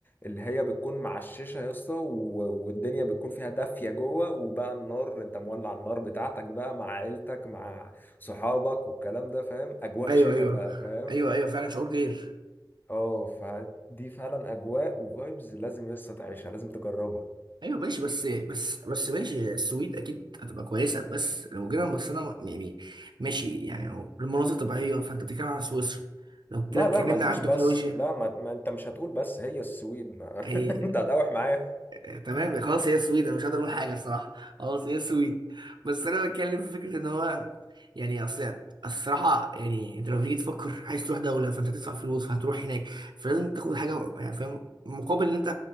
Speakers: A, on the left (about 25°); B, on the right (about 65°).
A: اللي هي بتكون معششه يا اسطى و- والدنيا بتكون فيها دافيه جوه وبقى النار انت مولع النار بتاعتك بقى مع عيلتك مع صحابك والكلام ده فاهم اجواء
B: ايوه
A: شتاء
B: ايوه
A: بقى فاهم
B: ايوه ايوه فعلا شعور غير
A: اه فدي فعلا اجواء وفايبز لازم يا اسطى تعيشها لازم تجربها
B: ايوه ماشي بس بس بس ماشي السويد اكيد هتبقى كويسه بس لو جينا بصينا يعني ماشي يعني لو المناظر طبيعيه فانت بتتكلم عن سويسرا لو كده
A: لا
B: اتكلمنا
A: لا ما تجيش
B: عن تكنولوجيا
A: بس لا ما, ما انت مش هتقول بس هي السويد ما
B: اي
A: <laughs> انت هتقاوح معايا
B: آه، تمام خلاص هي السويد انا مش هقدر اقول حاجه الصراحه خلاص هي السويد بس انا بتكلم في فكره ان هو يعني اصل الصراحه يعني انت لو تيجي تفكر عايز تروح دوله فانت تدفع فلوس فهتروح هناك فلازم تاخد حاجه يعني فاهم مقابل اللي انت